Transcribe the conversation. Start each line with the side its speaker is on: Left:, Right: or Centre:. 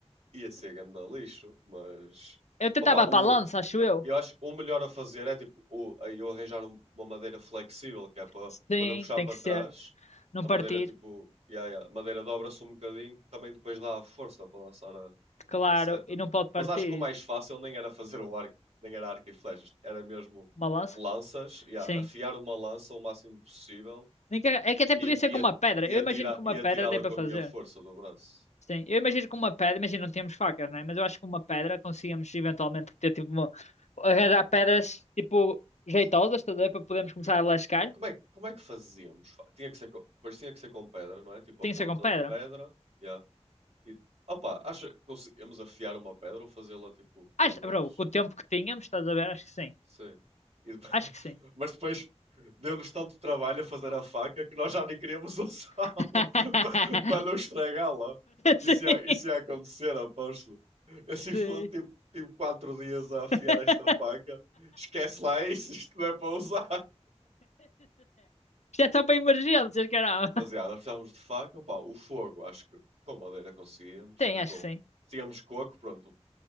Right: ia ser ganda lixo, mas
Left: Eu tentava
Right: opa, o,
Left: para a lança, acho
Right: eu,
Left: eu.
Right: eu acho que o melhor a fazer é tipo o, eu arranjar um- uma madeira flexível, que é para
Left: Sim,
Right: quando eu puxar
Left: tem
Right: para
Left: que ser.
Right: trás,
Left: Não
Right: a
Left: partir,
Right: madeira tipo, yeah, yeah, a madeira dobra-se um bocadinho, que também depois dá a força para lançar a,
Left: claro,
Right: a seta.
Left: e não pode partir.
Right: Mas acho que o mais fácil nem era fazer um arco, nem era arco e flechas, era mesmo
Left: Uma lança?
Right: lanças, yeah,
Left: Sim.
Right: afiar uma lança o máximo possível
Left: Nem que- É que até
Right: e,
Left: podia ser
Right: e,
Left: com
Right: a-
Left: uma pedra.
Right: e,
Left: Eu
Right: atirar,
Left: imagino que uma
Right: e
Left: pedra
Right: atirá-la
Left: dê para
Right: com
Left: fazer.
Right: a minha força do braço.
Left: Sim, eu imagino que uma pedra, imagino não temos facas, né? Mas eu acho que uma pedra conseguimos eventualmente ter tipo uma, arranjar pedras tipo jeitosas,
Right: Sim.
Left: estás a ver? Para podermos começar
Right: E,
Left: a lascar.
Right: e como é, que- como é que fazíamos? Fa- Tinha que ser com, pois tinha que ser com pedra, não é? Tipo
Left: Tem
Right: a ponta
Left: que ser com pedra.
Right: de pedra. Yeah. E, opa, acha que conseguimos afiar uma pedra ou fazê-la, tipo,
Left: Acho,
Right: pelo menos.
Left: bro, com o tempo que tínhamos, estás a ver? Acho que sim.
Right: Sim. E depois-
Left: Acho
Right: <laughs>
Left: que sim.
Right: Mas depois deu-nos tanto trabalho a fazer a faca que nós já nem queríamos usá-la
Left: <laughs>
Right: <laughs> para não estragá-la.
Left: Sim,
Right: Isso ia, isso ia acontecer, aposto. Assim
Left: sim.
Right: foi tipo, tipo quatro dias a afiar
Left: <laughs>
Right: esta faca. Esquece lá isso, isto não é para usar.
Left: Isto é só para emergências, caramba.
Right: Mas já, nós precisávamos de faca, opá, o fogo, acho que com madeira conseguíamos
Left: Tem,
Right: e
Left: acho
Right: com.
Left: que sim.
Right: Tínhamos coco, pronto,